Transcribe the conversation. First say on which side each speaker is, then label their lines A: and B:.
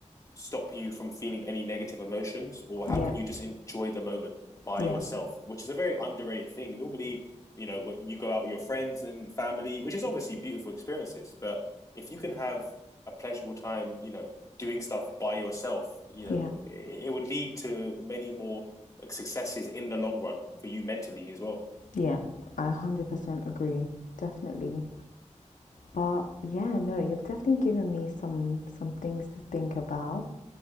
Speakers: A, on the left; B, on the left.
A: stop you from feeling any negative emotions or how
B: yep,
A: can you just enjoy the moment by
B: yep,
A: yourself which is a very underrated thing normally you know when you go out with your friends and family which is obviously beautiful experiences but if you can have a pleasurable time you know doing stuff by yourself you know
B: yeah.
A: it, would lead to many more like, successes in the long run for you mentally as well
B: Yeah, I 100% agree. Definitely. But yeah, no, you've definitely given me some some things to think about.